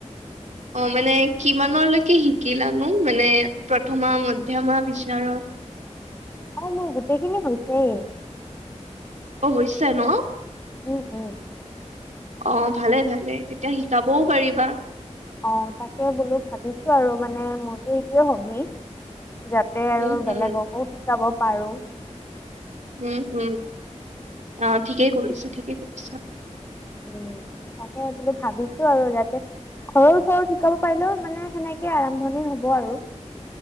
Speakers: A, on the right (about 75°); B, on the left (about 20°).
A: অ', মানে কিমানলৈকে শিকিলানো মানে প্ৰথমা মধ্যমা বিচাৰত?
B: অ', মোৰ গোটেইখিনি হৈছেই।
A: অ', হৈছে ন!
B: উম, উম।
A: অ', ভালে ভালে তেতিয়া শিকাবও পাৰিবা।
B: অ', তাকে বোলো ভাবিছো আৰু মানে মোৰতো এইটোয়ে হবি। যা তে আৰু
A: উম, হুম,
B: বেলেগকো শিকাব পাৰো।
A: উম, উম! আহ ঠিকেই কৰিছা ঠিকেই কৰিছা।
B: উম, তাকে বোলো ভাবিছো আৰু যাতে সৰু চৰু শিকাব পাৰিলেও মানে সেনেকে আৰম্ভণি হ'ব আৰু।